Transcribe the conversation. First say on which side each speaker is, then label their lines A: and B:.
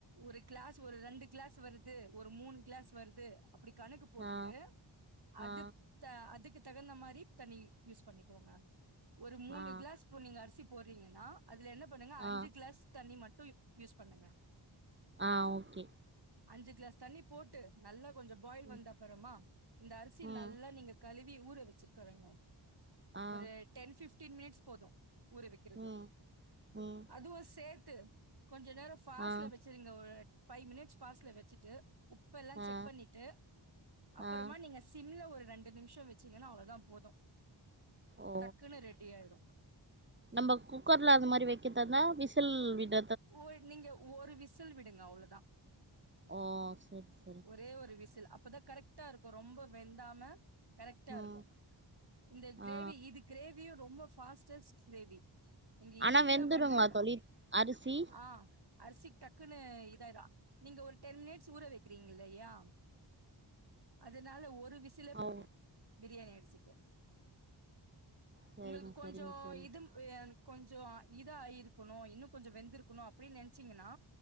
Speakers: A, on the right; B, on the right.
A: ஒரு கிளாஸ் ஒரு ரெண்டு கிளாஸ் வருது ஒரு மூணு கிளாஸ் வருது அப்டி கணக்கு போட்டுட்டு
B: ஆ
A: அது
B: ஆ
A: தா அதுக்கு தகுந்த மாரி தண்ணி யூஸ் பண்ணிக்கோங்க ஒரு மூணு
B: ஆ
A: கிளாஸ் கு நீங்க அர்சி போட்றீங்கன்னா அதுல என்ன பண்ணுங்க அஞ்சு
B: ஆ
A: கிளாஸ் தண்ணி மட்டு ப் யூஸ் பண்ணுங்க
B: ஆ ஓகே
A: அஞ்சு கிளாஸ் தண்ணி போட்டு நல்லா கொஞ்சோ பாயில்
B: ம்
A: வந்தப்பறமா இந்த அர்சி
B: ம்
A: நல்லா நீங்க கழுவி ஊற வச்சிகாரேன்னு
B: ஆ
A: ஒரு டென் ஃபிப்டின் மினிட்ஸ் போது ஊற வெக்கிறது
B: ம் ம்
A: அதுவு சேத்து கொஞ்ச நேரோ ஃபாஸ்ட்ல
B: ஆ
A: வச் செரிங்க ஒரு ஃபைவ் மினிட்ஸ் ஃபாஸ்ட்ல வச்சிட்டு உப் எல்லா செக்
B: ஆ
A: பண்ணிட்டு அப்பறமா
B: ஆ
A: நீங்க சிம்ல ஒரு ரெண்டு நிம்ஷோ வச்சீங்கன்னா அவ்ளோதா போது
B: ஓ
A: டக்குன்னு ரெடியா ஆயிடு
B: நம்ம குக்கர்ல அந்த மாரி வெக்கிறதா விசில் விட
A: போய் நீங்க ஒரு விசில் விடுங்க அவ்ளோதா
B: ஓ செர் செ
A: ஒரே ஒரு விசில் அப்பதா கரெக்ட்டா இருக்கு ரொம்ப வெந்தாம கரெக்ட்டா
B: ம்
A: இருக்கு இந்த கிரேவி
B: ஆ
A: இது கிரேவியு ரொம்ப ஃபாஸ்டஸ்ட் கிரேவி நீங்க
B: ஆனா
A: ஈஸியா
B: வெந்துடுங்களா
A: பண்ணிர்லா
B: தோழி அரிசி
A: ஆ அர்சிக் டக்குன்னு இதாயிடு நீங்க ஒரு டென் மினிட்ஸ் ஊற வை க்கிறீங்க இல்லையா அதனால ஒரு விசிலே
B: ஓ
A: போது பிரியாணி அர்சிக்கு
B: சரிங்க
A: உங்களுக்கு கொஞ்சோ
B: சரிங்க தோழி
A: இதுங் யன் கொஞ்சோ இத ஆயிருக்கணு இன்னு கொஞ்சோ வெந்துருக்கணு அப்டின்னு நென்ச்சீங்கென்னா